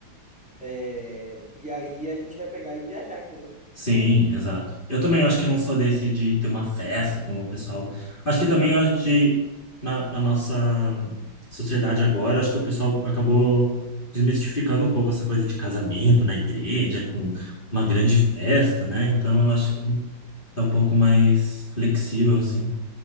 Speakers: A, in the centre; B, on the left.
A: É, e aí a gente vai pegar e viajar, entendeu?
B: Sim, exato. Eu também acho que não sou desse de ter uma festa como o pessoal. Acho que também a gente, na, na nossa sociedade agora, acho que o pessoal acabou desmistificando um pouco essa coisa de casamento na igreja, com uma grande festa, né? Então eu
A: Sim.
B: acho que tá um pouco mais flexível, assim.